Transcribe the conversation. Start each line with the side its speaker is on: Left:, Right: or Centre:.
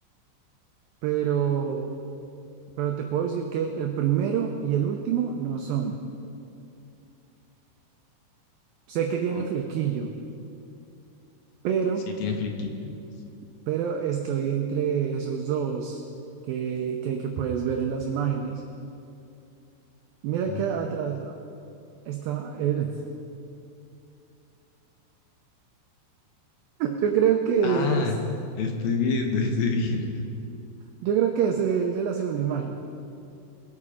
Right: pero, pero te puedo decir que el primero y el último no son. Sé que tiene
Left: Ok.
Right: flequillo, pero,
Left: Sí, tiene flequillo. Sí.
Right: pero estoy entre esos dos que, que, que puedes ver en las imágenes. Mira
Left: Ajá.
Right: que atrás ah, está el... <laughs> Yo creo que
Left: Ah,
Right: es...
Left: estoy viendo, <laughs> estoy viendo.
Right: Yo creo que es el de la segunda imagen,